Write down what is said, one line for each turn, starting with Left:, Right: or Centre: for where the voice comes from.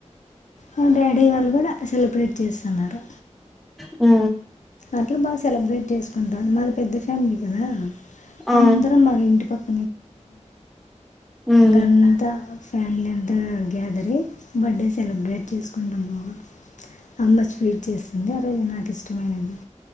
Left: మా డాడీ వాళ్ళు కూడా సెలబ్రేట్ చేస్తున్నారు.
Centre: ఆ
Left: అట్లా బాగా సెలబ్రేట్ చేసుకుంటారుారు. మాది పెద్ద ఫ్యామిలీ కదా.
Centre: ఆ
Left: అందరం మా ఇంటి పక్క
Centre: ఉమ్
Left: గంత ఫ్యాన్లంట గ్యాదరింగ్ బర్డే సెలబ్రేట్ చేసుకుంటాం. బాగా అమ్మ స్వీట్ చేస్తుంది ఆ రోజు నాకు ఇష్టమైనది.